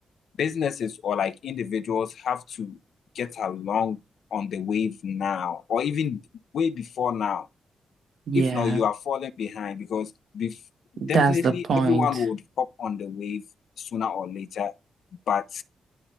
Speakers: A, on the left (about 80°); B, on the right (about 65°).
A: businesses or like individuals have to get along on the wave now, or even way before now.
B: yeah,
A: If not, you are falling behind because bef-
B: that's
A: definitely
B: the point.
A: everyone would hop on the wave sooner or later, but